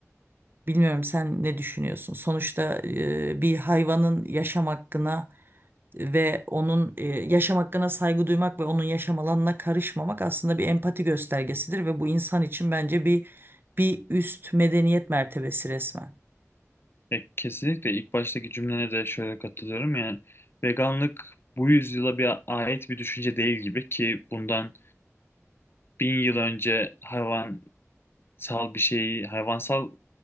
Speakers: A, on the right (about 40°); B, on the left (about 45°).
A: Bilmiyorum sen ne düşünüyorsun? Sonuçta e, bir hayvanın yaşam hakkına ve onun e, yaşam hakkına saygı duymak ve onun yaşam alanına karışmamak aslında bir empati göstergesidir ve bu insan için bence bir bir üst medeniyet mertebesi resmen.
B: E, kesinlikle ilk baştaki cümlene de şöyle katılıyorum. Yani veganlık bu yüzyıla bir ait bir düşünce değil gibi ki bundan bin yıl önce hayvansal bir şeyi, hayvansal